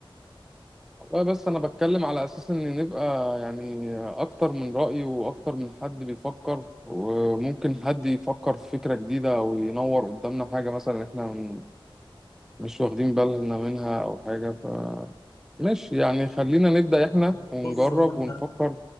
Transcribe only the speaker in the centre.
والله بس انا بتكلم على اساس ان نبقى يعني اكتر من رأي واكتر من حد بيفكر وممكن حد يفكر في فكرة جديدة او ينور قدامنا حاجة مثلا احنا م- مش واخدين بالنا منها او حاجة فماشي يعني خلينا نبدأ احنا
ونجرب
ونفكر